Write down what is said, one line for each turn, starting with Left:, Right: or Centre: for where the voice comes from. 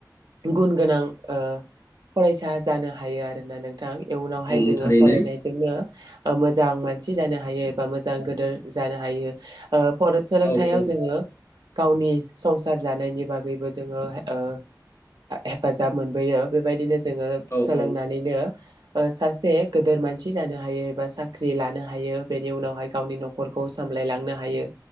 Right: गुन गोनां ओ फरायसा जानो हायो आरोना नोंथां इयुनावहाय
Left: औ
Right: जोङो
Left: थारैनो
Right: फरायनायजोंनो ओ मोजां मानसि जानो हायो एबा मोजां गोदोर जानो हायो ओ फराय सोलोंथायाव
Left: औ औ
Right: जोङो गावनि संसार जानायनि बागैबो जोङो ओ हेफाजाब मोनबोयो बेबायदिनो जोङो
Left: औ
Right: सोलोंनानैनो
Left: औ
Right: ओ सासे गोदोर मानसि जानो हायो एबा साख्रि लानो हायो बेनि उनावहाय गावनि न'खरखौ सामलायलांनो हायो